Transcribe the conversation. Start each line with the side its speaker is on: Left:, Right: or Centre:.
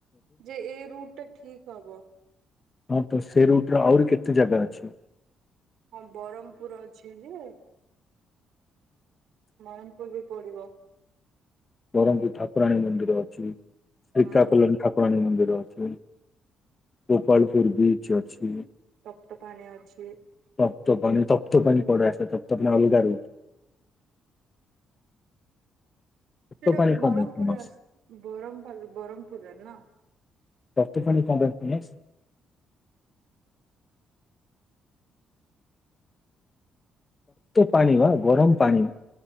Right: ଯେ ଏଇ ରୁଟଟା ଠିକ ହବ।
Left: ହଁତ ସେ ରୁଟରେ ଆହୁରି କେତେ ଜାଗା ଅଛି?
Right: ହଁ ବରମପୁର୍ ଅଛି ଯେ ବରମ୍ ପୁର୍ ବି ପଡିବ।
Left: ବ୍ରହ୍ମପୁର ଠାକୁରାଣୀମନ୍ଦିର ଅଛି। ଶିକାକଲନ
Right: ହୁଁ।
Left: ଠାକୁ ଠାକୁରାଣୀମନ୍ଦିର ଅଛି, ଗୋପାଳପୁର ବିଚ ଅଛି।
Right: ତପ୍ତପାଣି ଅଛି।
Left: ତପ୍ତପାଣି, ତପ୍ତପାଣି କୁଆଡୁ ଆସିଲା। ତପ୍ତପାଣି ଅଲଗା ରୁଟ୍ ତପ୍ତ
Right: ସେଟା
Left: ପାଣି
Right: ଗୋଟେ
Left: କଣ
Right: ବରମପୁର
Left: ପାଇଁ ଫେମସ
Right: ରା ବରମପୁର ଯାଗା।
Left: ତପ୍ତ ପାଣି କଣ ପାଇଁ ଫେମସ୍? ତପ୍ତପାଣି ବା ଗରମ ପାଣି।